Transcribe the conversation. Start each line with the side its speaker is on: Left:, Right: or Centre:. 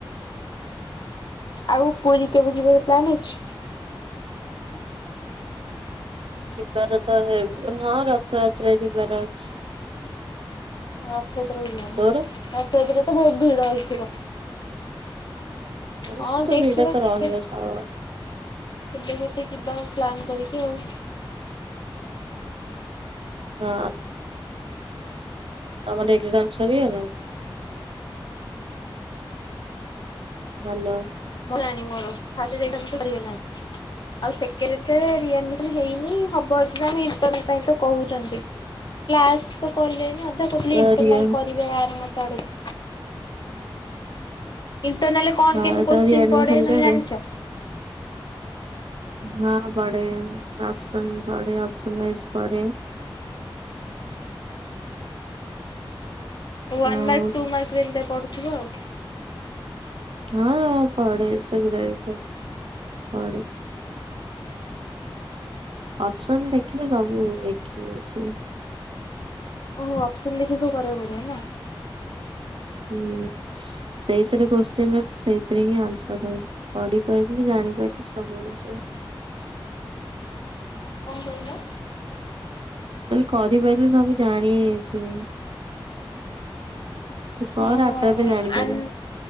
Left: ଆଉ ପୁରୀ କେବେ ଯିବାର ପ୍ଲାନ୍ ହେଇଚି?
Right: ଯିବାର ତ ହଁ ରଥଯାତ୍ରା ଯିବାର ଅଛି।
Left: ରଥଯାତ୍ରା କୁଯିବ ନା
Right: ତୋର
Left: ରଥଯାତ୍ରା ତ ବହୁତ୍ ଭିଡ ହେଇଥିବ।
Right: ବେସି
Left: ହଁ
Right: ତ
Left: ଦେଖିବା
Right: ଭିଡ଼ ତ
Left: କେବେ
Right: ରହିବ ସବୁବେଳେ।
Left: କେବେ ଗୋଟେ ଯିବାଅ ପ୍ଲାନ୍ କରିକି ଆଉ।
Right: ହଁ ତମର ଏକ୍ଜାମ ସରିଗଲା। ହାଲୋ।
Left: ସରିଲାଣି ମୋର ଫାର୍ଷ୍ଟ ଏକ୍ଜାମ ତ ସରିଗଲାଣି। ଆଉ ସେକେଣ୍ଡ ଟା ରିଆଡମିଶନ ହେଇନି ହବ ଏକ୍ଜାମ ଇଣ୍ଟର ପାଇଁ କହୁଚନ୍ତି। କ୍ଲାସ ତ କଲେନି ଅଧା କହୁଥିଲେ
Right: ସରିଗ
Left: ଇଣ୍ଟରନାଲ କରିବେ ଆରମାସ ଆଡକୁ। ଇଣ୍ଟରନାଲରେ କଣ
Right: ହଁ
Left: କେମିତି
Right: ତ
Left: କୋଶ୍ଚିନ୍
Right: ରିଆଡମିସନ
Left: ପଡେ ତମେ
Right: କେବେ?
Left: ଜାଣିଚ?
Right: ହଁ ପଡେ ଅପସନ୍ ପଡେ ଅପସନୱାଇଜ ପଡେ।
Left: ହଁ ୱାନ୍
Right: ଆଉ
Left: ମାର୍କ ଟୁ ମାର୍କ ରେ ଏମିତିଆ ପଡୁଥିବ ଆଉ।
Right: ହଁ ପଡ଼େ ସେଗୁଡାବି ପଡ଼େ। ଅପସନ ଦେଖିଲେ ସବୁ ଲେଖିହେଇଯିବ।
Left: ଓହୋ ଅପସନ ଦେଖି ସବୁ କରିବାକୁ ପଡିବ ନା।
Right: ହୁଁ ସେଇଥିରେ କୋଶ୍ଚିନ୍ ଅଛି ସେଇଥିରେ ହିଁ ଆନ୍ସର ଅଛି। କରିପାରିଲେ ଜାଣିପାରିଲେ ସବୁ ହେଇ ଯିବ।
Left: କଣ କହିଲ।
Right: ମାନେ କରି ପାଇଲେ ସବୁ ଜାଣି ହେଇ ଯିବ। ତୁ କର
Left: ହଁ
Right: ଆପେ ଆପେ ଜାଣିପାରିବୁ।
Left: ଆନ